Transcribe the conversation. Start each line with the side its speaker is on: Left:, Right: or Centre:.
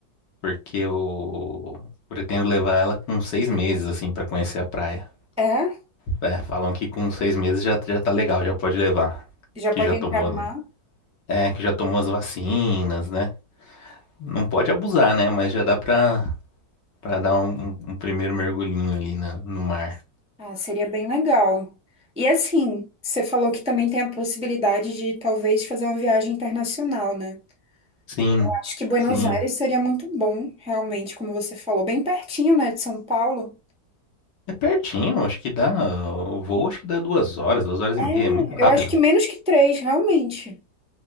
Left: Porque eu pretendo levar ela com seis meses, assim, pra conhecer a praia.
Centre: É?
Left: É, falam que com seis meses já, já tá legal, já pode levar.
Centre: Já
Left: Que
Centre: pode
Left: já
Centre: entrar
Left: tomou.
Centre: no mar?
Left: É, que já tomou as vacinas, né? Não pode abusar, né? Mas já dá pra Pra dar um, um- um primeiro mergulhinho ali na, no mar.
Centre: Ah, seria bem legal. E assim, você falou que também tem a possibilidade de talvez fazer uma viagem internacional, né?
Left: Sim,
Centre: Eu Acho que Buenos
Left: sim.
Centre: Aires seria muito bom, realmente, como você falou, bem pertinho, né, de São Paulo.
Left: É pertinho, acho que dá. O voo acho que dá duas horas, duas horas
Centre: É,
Left: e meia. É muito rápido.
Centre: eu acho que menos que três, realmente.